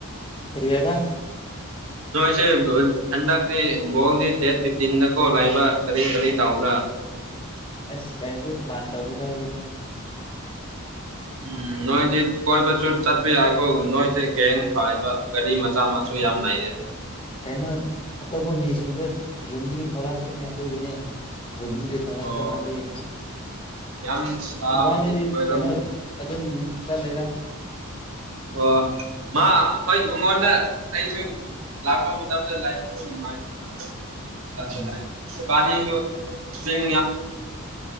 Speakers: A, on the left; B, on the right.
A: ꯀꯔꯤ ꯍꯥꯏꯕ
B: ꯅꯣꯏꯁꯦ ꯍꯟꯗꯛꯇꯤ ꯕꯣꯜꯗꯤ ꯗꯦꯠ ꯐꯤꯞꯇꯤꯟꯗꯀꯣ ꯂꯩꯕ ꯀꯔꯤ ꯀꯔꯤ ꯇꯧꯕ꯭ꯔꯥ
A: ꯑꯦꯁ ꯀꯔꯤꯁꯨ ꯄ꯭ꯂꯥꯟ ꯇꯧꯗꯦꯗ ꯍꯧꯖꯤꯛꯇꯤ
B: ꯎꯝ ꯅꯣꯏꯗꯤ ꯀꯣꯏꯕꯁꯨ ꯆꯠꯄ ꯌꯥꯏꯀꯣ ꯅꯣꯏꯁꯦ ꯒꯦꯡ ꯄꯥꯏꯕ ꯒꯥꯔꯤ ꯃ ꯃꯆꯥ ꯃꯁꯨ
A: ꯎꯝ
B: ꯌꯥꯝ ꯂꯩꯌꯦ
A: ꯀꯩꯅꯣ ꯑꯇꯣꯞꯄ ꯃꯤꯁꯤꯡꯗꯨ ꯌꯨꯝꯗꯒꯤ ꯊꯣꯛꯂꯛꯇꯦꯅꯦ ꯑꯗꯨꯒꯤꯅꯦ ꯔꯨꯝꯗꯒꯤ ꯊꯣꯂꯛꯇꯕ
B: ꯑꯣ
A: ꯑꯗꯨꯒꯤ
B: ꯌꯥꯝ ꯁꯥꯕꯒꯤꯁꯨ
A: ꯏꯕꯥꯅꯤꯗꯤ
B: ꯑꯣꯏꯔꯝꯒꯅꯤ
A: ꯀꯩꯅꯣ ꯑꯗꯨꯝ ꯆꯠꯂꯦꯗ
B: ꯑꯣ ꯃꯥ ꯍꯣꯏ ꯃꯉꯣꯟꯗ ꯑꯩꯁꯨ ꯂꯥꯛꯄ ꯃꯇꯝꯗ ꯂꯥꯏ <unintelligible> <unintelligible>
A: ꯎꯝ
B: ꯏꯕꯥꯅꯤꯁꯨ <unintelligible> ꯆꯤꯡ